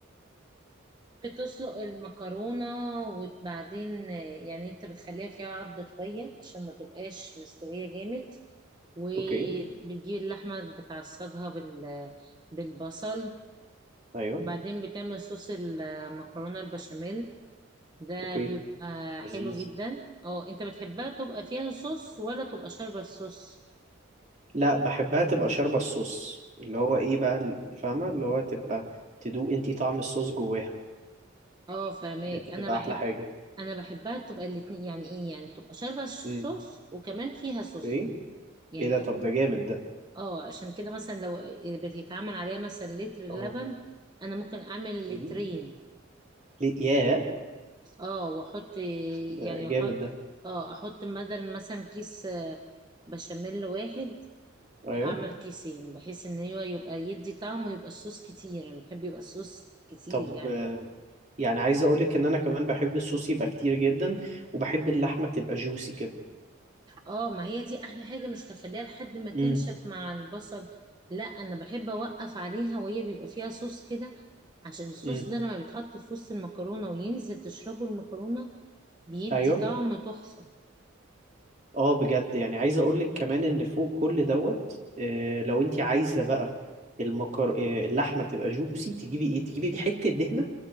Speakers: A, on the right; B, on the right.
A: بتسلق المكرونة وبعدين آه، يعني انت بتخليها فيها عضة شوية عشان ما تبقاش مستوية جامد وبتجيب
B: اوكي
A: اللحمة بتعصجها بال... بالبصل
B: ايوه
A: وبعدين بتعمل صوص المكرونة البشاميل ده
B: اوكي
A: بيبقى
B: لذيذ
A: حلو جدا اه انت بتحبها تبقى فيها صوص ولا تبقى شاربة الصوص
B: لا بحبها تبقى شاربة الصوص اللي هو ايه بقى ال- فاهمة اللي هو تبقى تدوق انتي طعم الصوص جواها
A: اه فاهمك
B: دي بتبقى
A: انا بحب
B: احلى حاجة
A: انا بحبها تبقى الاتنين يعني ايه يعني تبقى شاربة الصوص
B: امم
A: وكمان فيها صوص
B: اوكي
A: يعني
B: ايه ده طب ده جامد ده
A: اه عشان كده مثلا لو بتتعمل عليها مثلا لتر لبن
B: اه
A: انا ممكن اعمل
B: امم
A: لترين
B: ليه ياه
A: اه واحط
B: ده
A: يعني
B: جامد
A: احط
B: ده
A: اه احط بدل مثلا كيس آه، بشاميل واحد
B: ايوه
A: اعمل كيسين بحيث ان هو يبقى يدي طعم ويبقى الصوص كتير انا بحب يبقى الصوص كتير
B: طب
A: يعني
B: آه، يعني عايز اقولك ان انا كمان بحب الصوص يبقى كتير جدا وبحب اللحمة تبقى جوسي كده
A: اه ما هي دي احلى حاجة مش تخليها لحد ما تنشف
B: امم
A: مع البصل لا انا بحب اوقف عليها وهي بيبقى فيها صوص كده عشان الصوص
B: امم
A: ده لما بيتحط في وسط المكرونة وينزل تشربه المكرونة بيدي
B: ايوه
A: طعم تحفة
B: اه بجد يعني عايز اقولك كمان ان فوق كل دوت آه، لو انت عايزه بقى المكر آه، اللحمه تبقى جوسي تجيبي ايه تجيبي حته دهنه